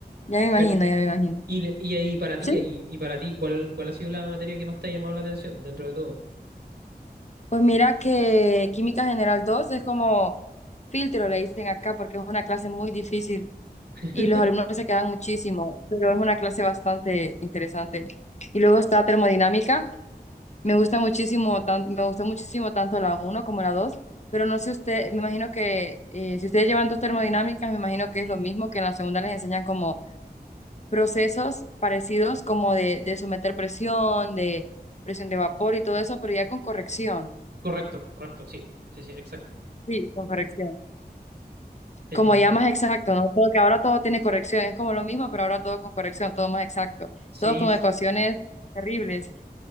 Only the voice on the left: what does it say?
Ya me imagino,
ya me imagino.
Sí,
pues mira que Química General 2 es como filtro, le dicen acá, porque es una clase muy difícil
y los alumnos se quedan muchísimo, pero es una clase bastante interesante. Y luego está termodinámica. Me gusta muchísimo, tan- me gustó muchísimo tanto la uno como la dos pero no sé usted, me imagino que eh, si ustedes llevan dos termodinámicas, me imagino que es lo mismo que en la segunda les enseñan como procesos parecidos como de, de someter presión, de presión de vapor y todo eso, pero ya con corrección.
Sí, con corrección.
como ya más exacto, ¿no? Porque ahora todo tiene corrección, es como lo mismo, pero ahora todo con corrección, todo más exacto,
todo con
ecuaciones terribles.